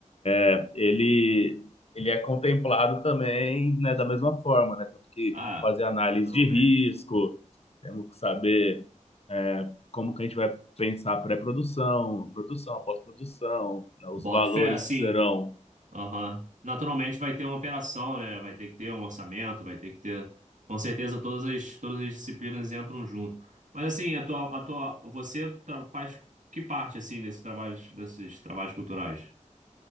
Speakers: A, on the left; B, on the right.
A: é, ele, ele é contemplado também, né, da mesma forma, né? Temos que
B: Ah,
A: fazer análise
B: naturalmente.
A: de risco, temos que saber é, como que a gente vai pensar pré-produção, produção, pós-produção, né, os
B: Boto
A: valores
B: fé, assim.
A: que serão
B: Aham. Naturalmente vai ter uma operação, né? Vai ter que ter um orçamento, vai ter que ter. Com certeza todas as, todas as disciplinas entram junto. Mas assim, a tua, a tua, você tra- faz que parte assim desses trabalhos, desses trabalhos culturais,